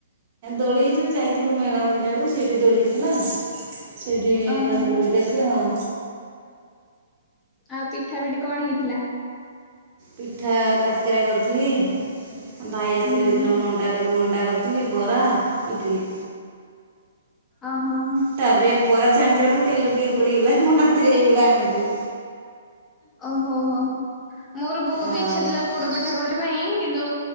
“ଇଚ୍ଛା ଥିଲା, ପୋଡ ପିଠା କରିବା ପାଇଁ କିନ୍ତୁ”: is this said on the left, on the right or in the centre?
Left